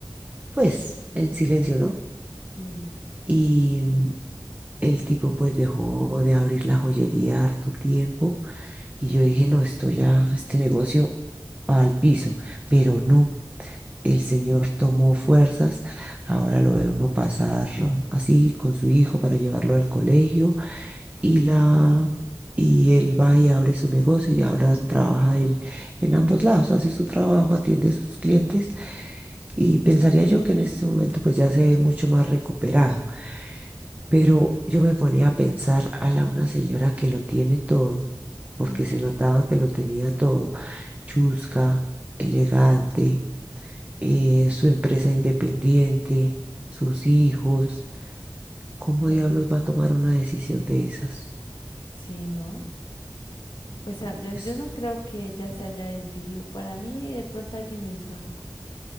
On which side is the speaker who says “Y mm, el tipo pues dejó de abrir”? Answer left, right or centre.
Right